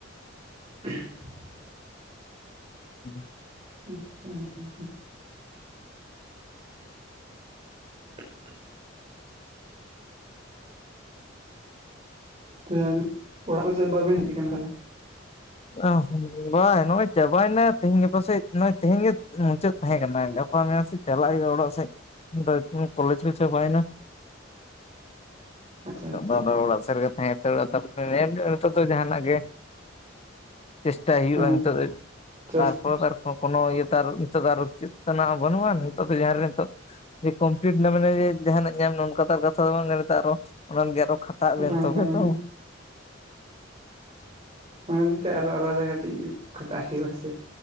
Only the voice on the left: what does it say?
<unintelligible>
<unintelligible> ᱱᱚᱜᱼᱚᱭ ᱪᱟᱵᱟᱭᱮᱱᱟ ᱛᱦᱤᱧ ᱜᱟᱯᱟᱥᱮᱡ ᱱᱚᱜᱼᱚᱭ ᱛᱮᱦᱮᱧ ᱜᱮ ᱢᱩᱪᱟᱹᱫ ᱛᱟᱦᱮᱸ ᱠᱟᱱᱟ ᱜᱟᱯᱟ ᱢᱮᱭᱟᱝ ᱥᱮ ᱪᱟᱞᱟᱜ ᱤᱧ ᱚᱲᱟᱜ ᱥᱮᱫ <unintelligible> ᱠᱚᱞᱮᱡᱽ ᱦᱚᱸᱪᱟᱵᱟᱭᱱᱟ ᱾
ᱛᱚᱜ
ᱫᱚ ᱟᱫᱚ ᱚᱲᱟᱜ ᱥᱮᱫ ᱨᱮᱜᱮ ᱛᱟᱦᱮᱸ <unintelligible> ᱱᱤᱛᱚᱜ ᱫᱚ ᱡᱟᱦᱟᱱᱟᱜ ᱜᱮ ᱪᱮᱥᱴᱟᱭ ᱦᱩᱭᱩᱜᱼᱟ
ᱱᱤᱛᱚᱜ ᱫᱚ
ᱛᱟᱨᱯᱚᱨ ᱠᱚ ᱠᱚᱱᱳ ᱤᱭᱟᱹ ᱛᱟᱨ ᱱᱤᱛᱚᱜ ᱫᱚ ᱟᱨ ᱩᱪᱤᱛ ᱛᱟᱱᱟ ᱵᱟᱹᱱᱩᱜᱟᱱ ᱱᱤᱛᱚᱜ ᱫᱚ ᱡᱟᱦᱟᱸ ᱱᱤᱛᱚᱜ ᱡᱮ ᱠᱚᱢᱯᱞᱤᱴ ᱱᱟ ᱢᱟᱱᱮ ᱡᱟᱦᱱᱟᱜ ᱧᱟᱢ ᱱᱚᱝᱠᱟ ᱛᱚ ᱟᱨ ᱠᱟᱛᱷᱟ ᱫᱚ ᱵᱟᱝ ᱾ ᱠᱷᱟᱴᱟᱜ ᱵᱮᱱ
ᱛᱚᱵᱮ
ᱛᱚ
᱾